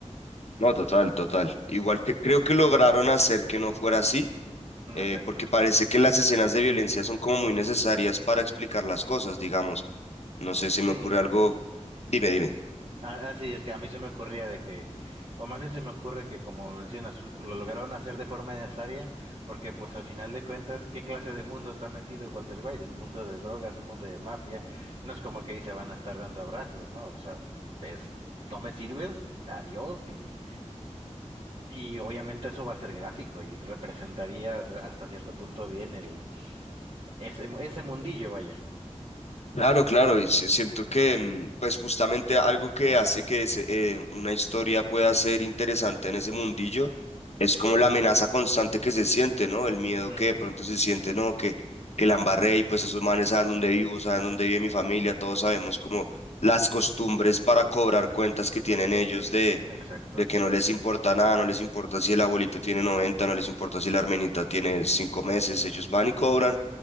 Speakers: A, on the left; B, on the right.
A: No, total, total. Igual que creo que lograron hacer que no fuera así,
B: Mm,
A: eh,
B: Exacto.
A: porque parece que las escenas de violencia son como muy necesarias para explicar las cosas, digamos. No sé si me
B: Sí,
A: ocurre algo. Dime, dime.
B: a- así es que a mí se me ocurría de que, o más bien se me ocurre que como mencionas, u- lo lograron hacer de forma necesaria, porque pues al final de cuentas, ¿qué clase de mundo está metido Walter White? Un mundo de drogas, un mundo de mafia, no es como que ahí se van a estar dando abrazos, ¿no? O sea, es, no me sirves, adiós, y, y obviamente eso va a ser gráfico y representaría re- hasta cierto punto bien el, ese, ese mundillo, vaya.
A: Claro, claro, y si- siento que mm, pues justamente algo que hace que ese, eh, una historia pueda ser interesante en ese mundillo es como la amenaza constante que se siente, ¿no? El miedo
B: Ujú,
A: que de pronto se siente, ¿no? Que, que la embarré y pues esos manes saben dónde vivo, saben dónde vive mi familia, todos sabemos como las costumbres para cobrar cuentas que tienen ellos de,
B: exacto.
A: de que no les importa nada, no les importa si el abuelito tiene 90, no les importa si la hermanita tiene cinco meses, ellos van y cobran